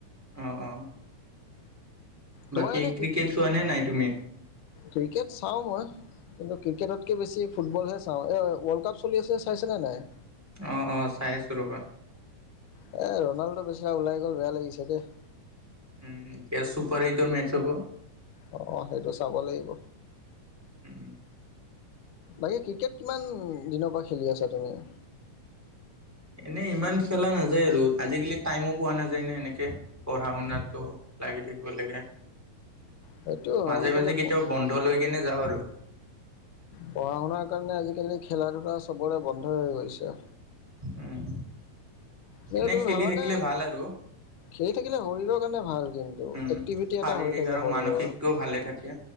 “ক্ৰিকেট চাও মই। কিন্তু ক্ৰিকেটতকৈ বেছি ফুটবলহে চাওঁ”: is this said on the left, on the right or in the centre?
Left